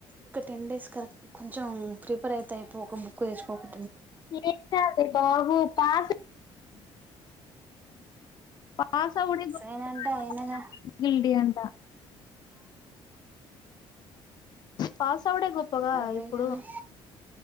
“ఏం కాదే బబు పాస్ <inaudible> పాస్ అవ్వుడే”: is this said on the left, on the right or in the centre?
Left